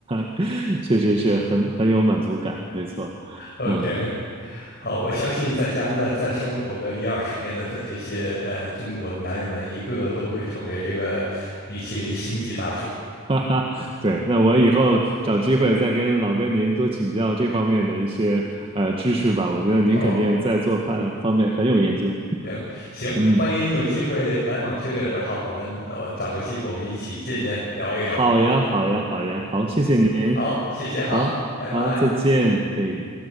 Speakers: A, on the right; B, on the left.
A: <laughs> 确实是很很有满足感，没错，
B: ？OK，
A: 嗯，
B: 好，我相信在加拿大再生活个一二十年的这这些呃中国的男人们，一个个都会成为这个米其林星级大厨。
A: <laughs> 哈哈，对，那我以后找机会再跟老哥您多请教这方面的一些呃知识吧，我觉得您肯定在做饭方面很有研究，
B: 好。行行，
A: 嗯，
B: 欢迎你有机会来蒙特利尔的话，我们呃找个机会我们一起见见聊一聊。
A: 好呀，好呀，好呀，好，谢谢您，
B: 好，谢谢哈，
A: 好好，
B: 拜拜。
A: 再见，哎。